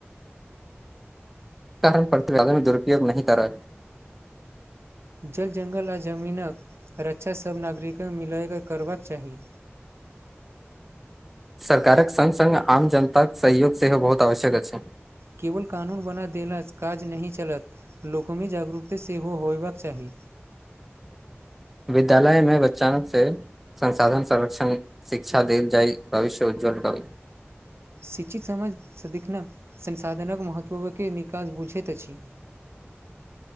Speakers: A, in the centre; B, on the right.
A: कारण प्रतिवादन मे दुरूपयग नहि कर रहै
B: जल जंगल आ जमीनक रक्षा सभ नागरिक के मिलयके करबाक चाही
A: सरकारक संग संग आम जनता के सहयोग सेहो बहुत आवश्यक अछि
B: केवल कानून बना देला सँ काज नहि चलत लोको मे जागरूकता सेहो होयबाक चाही
A: विद्यालय में बच्चानक से संसाधन संरक्षण शिक्षा देल जाय भविष्य उज्ज्वल त
B: शिक्षित समाज सदिखने संसाधनक महत्व के निकास बुझैत अछि